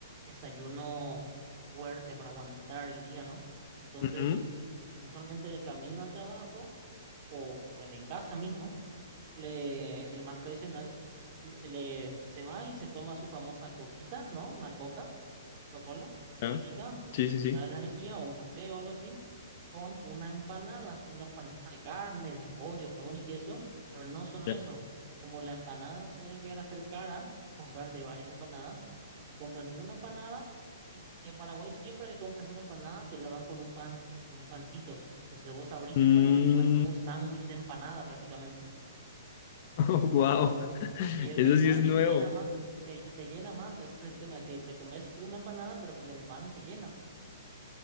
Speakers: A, on the right (about 35°); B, on the left (about 40°).
A: desayuno fuerte para aguantar el día, ¿no? Entonces,
B: Ujú.
A: usualmente de camino al trabajo o, o en casa mismo le, el más tradicional, le, le- se va y se toma su famosa coquita, ¿no? Una coca, Coca-Cola, chiquitita,
B: Ya. Sí, sí, sí.
A: para la energía, o un café o algo así, con una empanada, una empanada de carne, de pollo, jamón y queso, pero no solo
B: Ya.
A: eso, como la empanada puede llegar a ser cara, comprarte varias empanadas, te compran una empanada y en Paraguay siempre que compras una empanada te la dan con un pan, con un pancito. Entonces vos abrís
B: Mm,
A: el pan y te comes como un sándwich de empanada prácticamente.
B: <laughs> wow,
A: Y es
B: eso
A: rico
B: sí es
A: y
B: nuevo.
A: te llena más, te, te llena más, ese es el tema, que te comes una empanada, pero con el pan te llena.